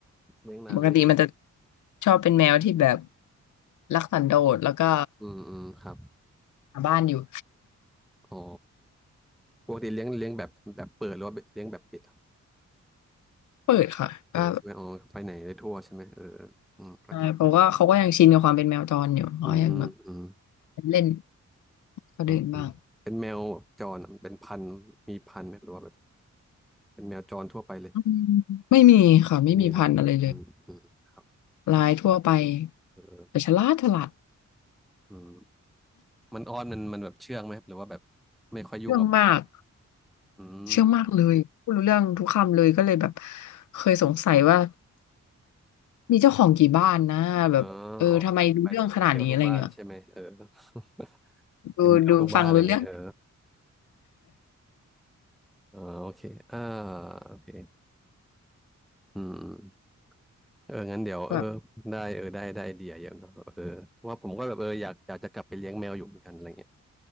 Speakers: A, in the centre; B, on the left.
A: เลี้ยงนานหรือยัง
B: ปกติมันจะชอบเป็นแมวที่แบบรักสันโดษแล้วก็
A: อืมอืมครับ
B: หาบ้านอยู่
A: อ๋อปกติเลี้ยงเลี้ยงแบบแบบเปิดหรือว่าเลี้ยงแบบปิดครับ
B: เปิดค่ะก็
A: เปิดใช่ไหมอ๋อไปไหนได้ทั่วใช่ไหมเออเอออืมก็ดี
B: ใช่เพราะว่าเขาก็ยังชินกับความเป็นแมวจรอยู่เขายังแบบ
A: อืมอืมอืม
B: เล่นเขาเดินบ้าง
A: อืมอืมเป็นแมวแบบจรอะเป็นพันธุ์มีพันธุ์ไหมหรือว่าแบบเป็นแมวจรทั่วไปเลย
B: อืมไม่มีค่ะไม่มีพันธุ์อะไรเลย
A: ไม่มีเลยอืมอืมครับ
B: ลายทั่วไป
A: เออ
B: แต่ฉลาดฉลาด
A: อืมมันอ้อนมันมันแบบเชื่องไหมครับหรือว่าแบบไม่ค่อยยุ่งกับคน
B: เชื่องมาก
A: อืม
B: เชื่องมากเลยพูดรู้เรื่องทุกคำเลยก็เลยแบบเคยสงสัยว่ามีเจ้าของกี่บ้านนะแบบเออทำไมรู้เรื่องขนาดนี้อะไรเงี้ย
A: เอออ๋อไปไปเที่ยวทุกบ้านใช่ไหมเออ <laughs>
B: ดูดูฟังรู้เรื่อง
A: เป็นแมวทุกบ้านอะไรเงี้ยเออเออโอเคอ่าโอเค อืมเอองั้นเดี๋ยวเออ
B: แบบ
A: ได้เออได้ได้ไอเดียเยอะเนอะเออว่าผมก็แบบเอออยากอยากจะกลับไปเลี้ยงแมวอยู่เหมือนกันอะไรเงี้ย